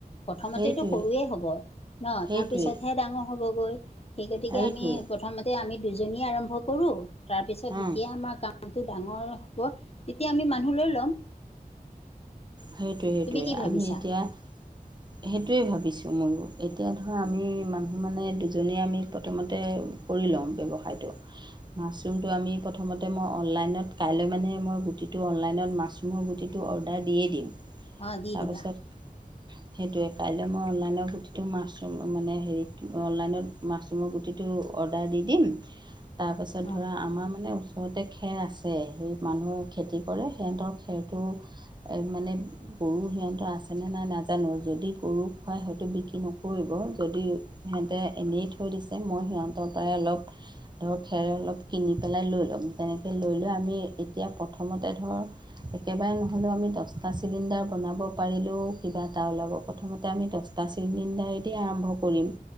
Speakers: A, on the left (about 40°); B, on the right (about 30°).
A: প্ৰথমতেটো
B: সেইটোৱেই
A: সৰুৱে হ'ব ন', অ',
B: সেইটোৱেই
A: তাৰপিছতহে ডাঙৰ হবগৈ', সেই গতিকে
B: সেইটোৱে
A: আমি, প্ৰথমতে আমি দুজনী আৰম্ভ কৰোঁ, তাৰপিছত
B: অঁ
A: যেতিয়া আমাৰ কাম', কামটো ডাঙৰ হ'ব, তেতিয়া আমি মানুহ লৈ ল'ম',
B: সেইটোৱে-সেইটোৱে,
A: তুমি কি ভাবিছা?
B: আমি এতিয়া', সেইটোৱে ভাবিছোঁ মইও, এতিয়া ধৰা আমি মানুহ মানে দুজনীয়ে আমি', প্ৰথমতে, কৰি লওঁ ব্যৱসায়টো', মাছৰুমটো আমি প্ৰথমতে মই অনলাইনত, কাইলৈ মানে মই গুটিটো অনলাইনত মাছৰুম', মই গুটিটো অৰ্ডাৰ দিয়েই দিম,
A: অ' দি
B: তাৰপাছত',
A: দিবা
B: সেইটোৱে, কাইলে মই অনলাইনৰ গুটিটো মাছৰুম মানে হেৰি টো অনলাইনত', মাছৰুমৰ গুটিটো অৰ্ডাৰ দি দিম, তাৰপাছত
A: অ'
B: ধৰা আমাৰ মানে', ইহঁতে খেৰ আছে, সেই মানুহে খেতি কৰে সিহঁতৰ খেৰটো, এ মানে', গৰু সিহঁতৰ আছেনে নাই নাজানোঁ, যদি গৰু খুৱাই সিহঁতে বিক্ৰী নকৰিব যদি', সিহঁতে এনেই থৈ দিছে, মই সিহঁতৰ পৰাই অলপ', ধৰ খেৰ অলপ কিনি পেলাই লৈ ল'ম, তেনেকৈ লৈ- লৈ আমি, এতিয়া প্ৰথমতে ধৰ', একেবাৰে নহ'লেও আমি দহ', দহটা চিলিণ্ডাৰ বনাব পাৰিলেও কিবা এটা ওলাব, প্ৰথমতে আমি দহটা চিলিণ্ডাৰে দি', দিয়ে আৰম্ভ কৰিম',